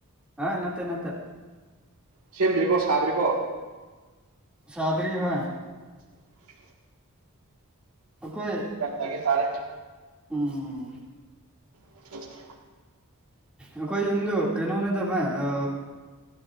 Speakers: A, in the centre; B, on the right (about 80°).
A: ꯑ ꯅꯠꯇꯦ ꯅꯠꯇꯦ
B: ꯁꯦꯝꯗ꯭ꯔꯤꯕꯣ ꯁꯥꯗ꯭ꯔꯤꯕꯣ
A: ꯁꯥꯥꯗꯔꯤ ꯍꯣꯏ
B: <inaudible>
A: ꯑꯩꯈꯣꯏ
B: ꯒ꯭ꯌꯥꯟ ꯇꯥꯒꯦ ꯇꯥꯔꯦ
A: ꯎꯝ
B: <unintelligible>
A: ꯑꯩꯈꯣꯏ ꯌꯨꯝꯗꯨ ꯀꯩꯅꯣꯅꯦꯗ ꯚꯥꯏ ꯑ